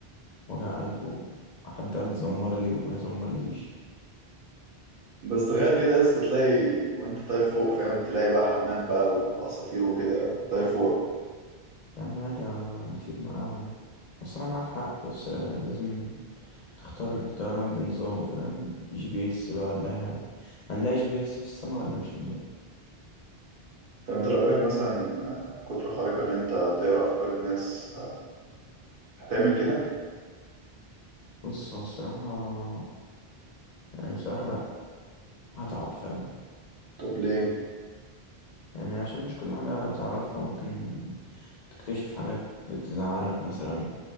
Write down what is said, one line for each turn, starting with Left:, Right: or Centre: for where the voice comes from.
Left: وجع قلبه حد يقعد يزمر لي وما يزمر ليش
Right: بس تخيل كده يا اسطى تلاقي وانت طاير فوق فاهم تلاقي بقى حمام بقى وعصافير وكده طاير فوق
Left: يا عم عادي نطير معاهم الصراحة معاك حق بس آه، لازم تختار الطيران بنظام فاهم جي بي اس بقى ولا أي حاجة هنلاقي جي بي اس في السما ولا مش هنلاقي
Right: طب انت لو جالك مثلا قدرة خارقة ان انت تقرا افكار الناس هتعمل كده
Left: بص هو الصراحة يعني بصراحة لأ هتعب فاهم
Right: طب ليه
Left: يعني عشان مش كل حاجة تعرفها ممكن تكتشف حاجات تزعلك مثلا